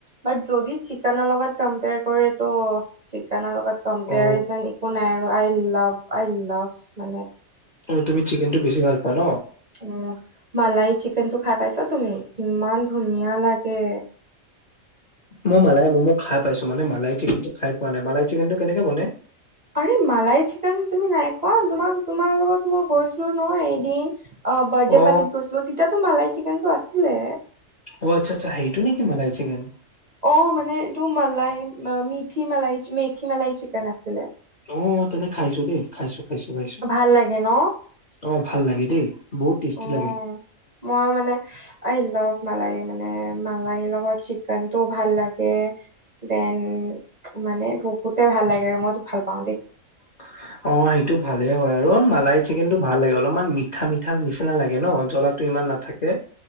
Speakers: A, on the right (about 45°); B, on the left (about 45°).
A: বাট যদি চিকেনৰ লগত কম্পেয়াৰ কৰে তো। চিকনৰ লগত কম্পেৰিজন
B: অ
A: একো নাই আৰু আই লাভ আই লাভ মানে।
B: অঁ তুমি চিকেন টো বেছি ভাল পোৱা ন।
A: উঁ মালাই চিকেন টো খাই পাইছা তুমি কিমান ধুনীয়া লাগে।
B: মই মালাই মই খাই পাইছো মানে মালাই চিকেনটো খাই পোৱা নাই মাল চিকেন টো কেনেকে বনাই?
A: আৰে মালাই চিকেন তুমি নাই খোৱা তোমাক তোমাৰ লগত মই গৈছিলো ন এদিন অঁ বাৰ্থডে
B: অ
A: পাৰ্টিত গৈছিলো। তেতিয়াতো মালাই চিকেনটো আছিলে।
B: অঁ আচ্ছা আচ্ছা হেইটো নেকি মালাই চিকেন
A: অ মানে এইটো মালাই মিথি মালাই মেথি মালাই চিকেন আছিলে।
B: ওম ওম তেনে খাইছো দেই খাইছো খাইছো খাইছো
A: ভাল লাগে ন
B: অঁ ভাল লাগে দেই বহুত টেষ্টি
A: উম
B: লাগে।
A: মই মানে আই লাভ মালাই মানে মালাই লগত চিকনতটো ভাল লাগে। দেন মানে বহুতে ভাল লাগে আৰু মই ভাল পাওঁ দেই।
B: <unintelligible> অঁ সেইটো ভালে হয় আৰু মালাই চিকেন টো ভাল লাগে অলপমান মিঠা মিঠা নিচিনা লাগে ন জ্বলা টো ইমান নাথাকে।